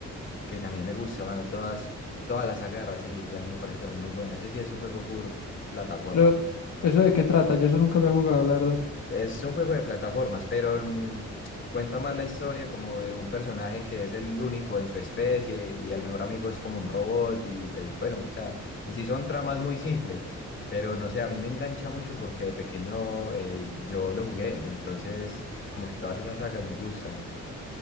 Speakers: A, on the left; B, on the left.
A: que también me gusta, mano. Todas, todas las saga de Ratchet y Clank me parece también muy buena. Ese sí es un juego full plataforma.
B: Pero, ¿eso de qué trata? Yo eso nunca lo he jugado, la verdad.
A: Es un juego de plataformas, pero mm, cuenta más la historia como de un personaje que es el único en su especie y el mejor amigo es como un robot y pues bueno, o sea, en sí son tramas muy simples. Pero no sé, a mí me engancha mucho porque de pequeño eh, yo lo jugué, entonces como que todas esas sagas me gustan.